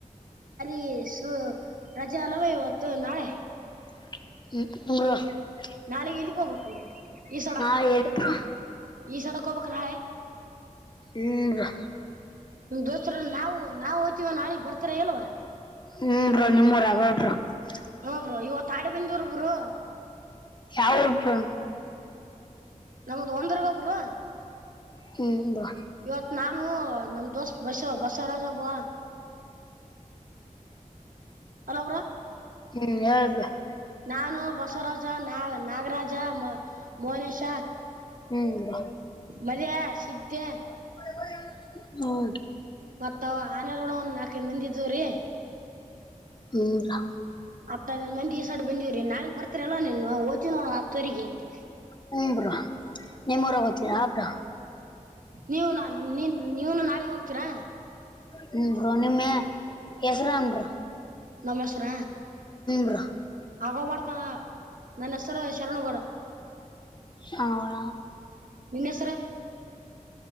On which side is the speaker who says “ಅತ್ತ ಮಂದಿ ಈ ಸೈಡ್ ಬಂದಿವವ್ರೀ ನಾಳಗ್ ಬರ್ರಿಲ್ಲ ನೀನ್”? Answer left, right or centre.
Right